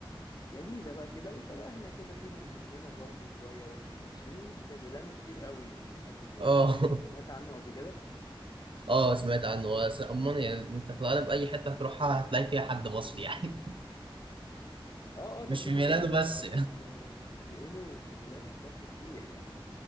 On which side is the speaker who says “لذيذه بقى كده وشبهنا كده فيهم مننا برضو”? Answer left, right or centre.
Left